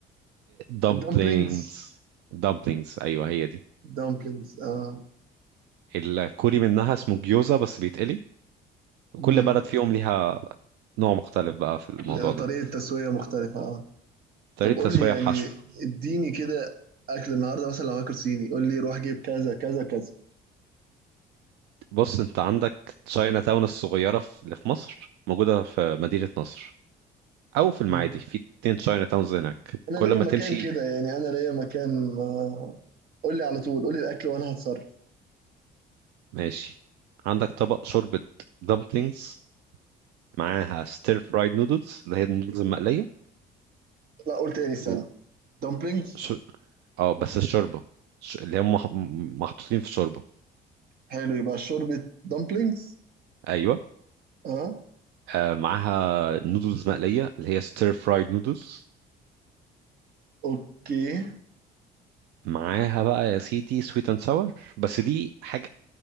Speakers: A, on the right; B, on the right.
A: دامبلينجز
B: الدمبلينجز
A: دامبلينجز ايوه هي دي
B: دمبلينجز اه
A: الكوري منها اسمه جيوزا بس بيتقلي وكل
B: امم
A: بلد فيهم ليها نوع مختلف بقى في الموضوع
B: يعني
A: ده
B: طريقه تسويه مختلفه اه
A: طريقه
B: طب قول
A: تسويه
B: لي يعني
A: وحشو
B: اديني كده اكل النهارده مثلا لو هاكل صيني قول لي روح جيب كذا كذا كذا
A: بص انت عندك تشاينا تاون الصغيرة في- اللي في مصر موجودة في مدينة نصر او في المعادي
B: مم.
A: في اتنين تشاينا تاونز هناك
B: انا
A: كل
B: ليا
A: ما
B: مكان
A: تمشي
B: كده يعني انا ليا مكان آه، قول لي على طول قول لي الاكل وانا هتصرف
A: ماشي عندك طبق شوربة دمبلينجز معاها ستير فرايد نودلز اللي هي النودلز المقلية
B: لا قول تاني استنى
A: و
B: دمبلينجز
A: ش... اه بس الشوربة ش... اللي هم مح... م- محطوطين في شوربة
B: حلو يبقى شوربة دمبلينجز
A: ايوه
B: اه
A: آه معاها نودلز مقلية اللي هي ستير فرايد نودلز
B: اوكي
A: معاها بقى يا سيدي سويت اند ساور بس دي حاجة